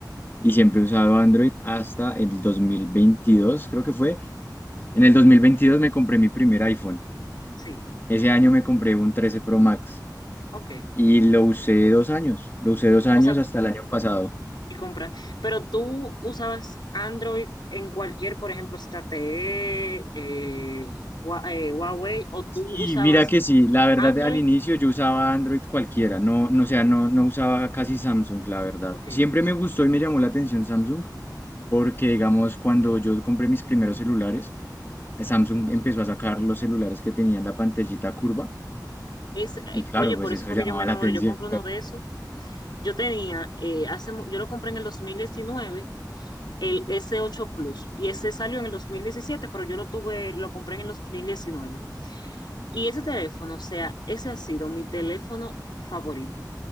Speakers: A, on the left (about 30°); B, on the left (about 85°).
A: y siempre he usado Android hasta el 2022, creo que fue. En el 2022 me compré mi primer iPhone.
B: Sí.
A: Ese año me compré un 13 Pro Max
B: Ok.
A: y lo usé dos años. Lo usé dos años
B: O sea,
A: hasta el año pasado.
B: y compras. Pero tú usabas Android en cualquier, por ejemplo, ZTE, eh, Hua- eh, Huawei, o tú
A: Sí,
B: usabas
A: mira que sí, la verdad
B: Android.
A: al inicio yo usaba Android cualquiera, no, no,
B: Ok,
A: o sea, no, no usaba casi Samsung, la verdad.
B: ok.
A: Siempre me gustó y me llamó la atención Samsung porque, digamos, cuando yo compré mis primeros celulares, Samsung empezó a sacar los celulares que tenían la pantallita curva
B: Es, eh,
A: y claro,
B: oye, por
A: pues
B: eso
A: eso
B: fue
A: llamaba
B: que yo me enamoré.
A: la atención.
B: Yo compré uno de esos. Yo tenía, eh, hace, mu- yo lo compré en el 2019, el s ocho Plus. Y ese salió en el 2017, pero yo lo tuve, lo compré en el 2019. Y ese teléfono, o sea, ese ha sido mi teléfono favorito.